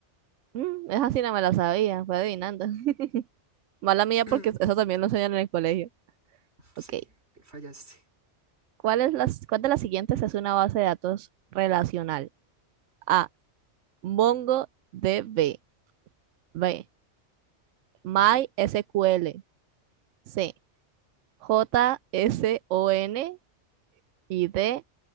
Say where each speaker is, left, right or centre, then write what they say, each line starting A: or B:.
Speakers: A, on the right; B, on the right.
A: Mm, esa sí no me la sabía, fue adivinando. <laughs> Mala mía porque
B: <clears throat>
A: eso también lo enseñan en el colegio. Ok.
B: Sí, fallaste.
A: ¿Cuál es las, cuál de las siguientes es una base de datos relacional? A. MongoDB. B. MySQL.
B: Ujú.
A: C. JSON. Y D.